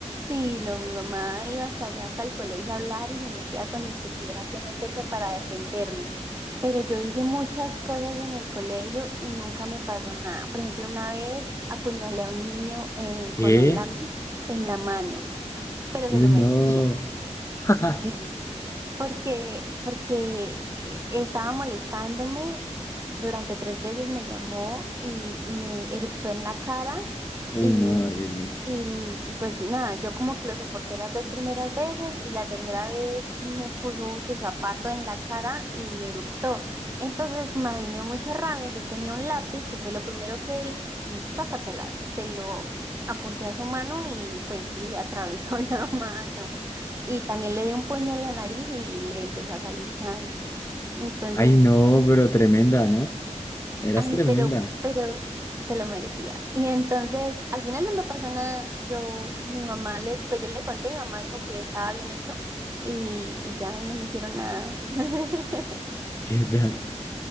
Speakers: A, on the right; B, on the left.
A: sí, no, mi mamá iba hasta allá, hasta el colegio a hablar y se metía con el que tuviera que meterse para defenderme. Pero yo hice muchas cosas en el colegio y nunca me pasó nada. Por ejemplo, una vez apuñalé a un niño eh,
B: eh
A: con un lápiz en la mano, pero
B: Uy,
A: se lo
B: no.
A: merecía.
B: <laughs>
A: ¿sí? Porque, porque eh, estaba molestándome, durante tres veces me llamó y me eruptó en la cara
B: Uy,
A: y,
B: no, horrible.
A: y, y pues nada, yo como que lo soporté las dos primeras veces y la tercera vez me puso su zapato en la cara y me eruptó. Entonces ma, a mí me dio mucha rabia, yo tenía un lápiz que fue lo primero que vi y sácatelas, se lo apunté a su mano y pues le atravesó <laughs> la mano y también le dio un puño en la nariz y le empezó a salir sangre. Entonces,
B: Ay, no, pero tremenda, ¿no? Eras
A: ay,
B: tremenda.
A: pero, pero se lo merecía. Y entonces, al final no me pasó nada. Yo, mi mamá, le, pues yo le conté, mi mamá dijo que estaba bien hecho y, y ya, y no me hicieron nada. <laughs>
B: ¿Qué tal?